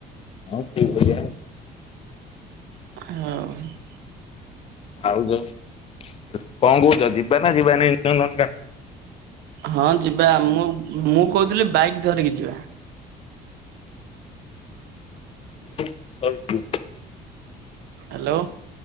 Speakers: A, on the left (about 35°); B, on the right (about 75°).
A: ହଁ ସେଇଭଳିଆ।
B: ହଉ।
A: ଆଉ ଯ କଣ କହୁଚ ଯିବା ନା ଯିବାନି ନନ୍ଦନ କାନ
B: ହଁ ଯିବା ଆମ ମୁଁ କହୁଥିଲି ବାଇକ୍ ଧରିକି ଯିବା।
A: <unintelligible>
B: ହାଲୋ।